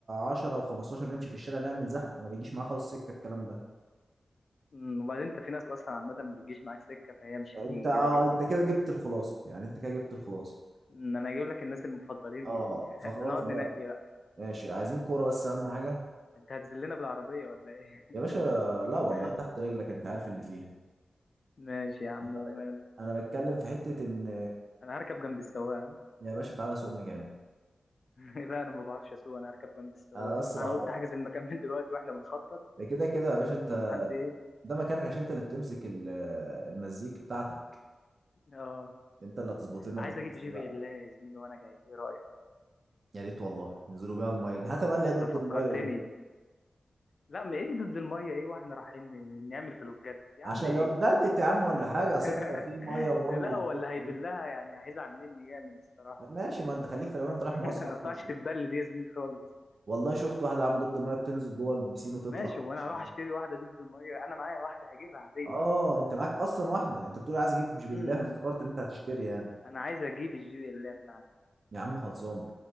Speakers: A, on the right (about 55°); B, on the left (about 55°).
A: 10 و15 نمشي في الشارع نعمل زحمه ما بيجيش معاه خالص سكه الكلام ده
B: أمم، وبعدين أنت في ناس أصلا عامة ما بتجيش معاك سكة فهي مش
A: انت
B: هتيجي
A: اه
B: كده كده
A: انت كده جبت الخلاصه يعني انت كده جبت الخلاصه
B: أمم، أنا هجيب لك الناس المفضلين
A: اه
B: ليه <laughs>
A: فخلاص
B: هنقعد
A: بقى
B: ننقي بقى
A: ماشي عايزين كورة بس أهم حاجة
B: أنت هتذلنا بالعربية ولا إيه
A: يا باشا لا والله
B: <laughs>
A: تحت رجلك أنت عارف اللي فيها
B: ماشي يا عم
A: أنا
B: وماله
A: بك... أنا بتكلم في حتة إن
B: أنا هركب جنب السواق
A: يا باشا تعالى سوق مكاني
B: ها؟ <laughs> لا أنا ما بعرفش أسوق أنا هركب جنب السواق
A: أنا بس بعرفك
B: أنا قلت أحجز المكان من دلوقتي وإحنا بنخطط
A: ده كده كده يا باشا
B: عشان
A: أنت
B: لما حد إيه
A: ده مكانك عشان أنت اللي بتمسك ال- المزيك بتاعتك
B: اه
A: أنت اللي هتظبط لنا
B: عايز
A: بلاي
B: اجيب
A: ليست
B: جي
A: بقى
B: بي ال آه، يا زميلي وانا جاي ايه رايك
A: يا ريت والله ينزلوا بيها المية دي هات بقى اللي
B: انت
A: هي ضد
B: فكرتني
A: المية دي
B: لا ما ايه ضد الميه ايه واحنا رايحين ن- نعمل فلوجات يا
A: عشان
B: عم ايه
A: لو اتبلت يا عم ولا
B: <laughs>
A: حاجة أصل أنت ما في مية ورملة
B: لا
A: والقصة
B: هو اللي هيبلها
A: دي
B: يعني هيزعل مني جامد الصراحه
A: ماشي ما أنت خليك في الأمان أنت رايح
B: <laughs>
A: مصيف
B: ما ينفعش
A: برضه
B: تتبل دي يا زميل خالص
A: والله شفت واحده عامله ضد الميه بتنزل جوه البسين وتطلع
B: ماشي وانا
A: ومش
B: هروح
A: يعني
B: اشتري واحده ضد الميه انا معايا واحده هجيبها عاديه
A: اه انت معاك اصلا واحده انت بتقول عايز اجيب مش
B: امم
A: بالله افتكرت ان انت هتشتري يعني
B: انا عايز اجيب الجي بي ال آه بتاعتي
A: يا عم خلصانه